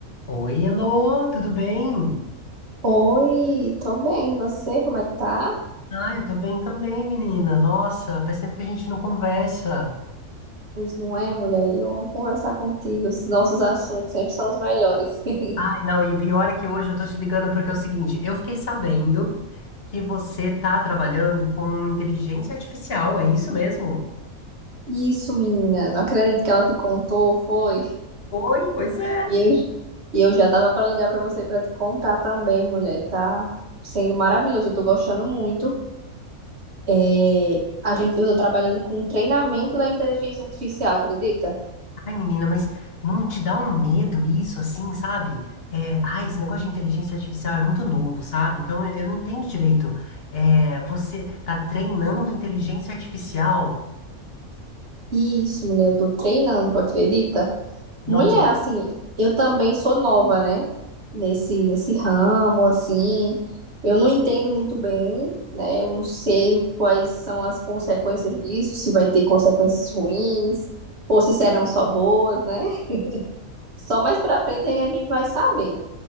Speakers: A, on the left; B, on the right.
A: Oi, Elô, tudo bem?
B: Oi, tô bem. E Você, como é que tá?
A: Ah, eu tô bem também, menina. Nossa, faz tempo que a gente não conversa.
B: Pois não é, mulher? Eu amo conversar contigo. Os nossos assuntos sempre são os melhores. <laughs>
A: Ai, não, e o pior é que hoje eu tô te ligando porque é o seguinte, eu fiquei sabendo que você tá trabalhando com inteligência artificial, é isso mesmo?
B: Isso, menina. Não acredito que ela te contou, foi?
A: Oi, pois é.
B: E eu, e eu já tava pra ligar pra você pra te contar também, mulher, que tá sendo maravilhoso. Eu tô gostando muito. É, a gente, eu tô trabalhando com o treinamento da inteligência artificial, acredita?
A: Ai, menina, mas não te dá um medo isso, assim, sabe? É, ai, esse negócio de inteligência artificial é muito novo, sabe? Então eu eu não entendo direito. É, você tá treinando inteligência artificial?
B: Isso, mulher. Eu tô treinando, tu acredita? Mulher,
A: Nossa.
B: assim, eu também sou nova, né? Nesse, nesse ramo, assim. Eu não entendo muito bem, né? Eu não sei quais são as consequências disso, se vai ter consequências ruins, ou se serão só boas, né? <laughs> Só mais pra frente é que a gente vai saber.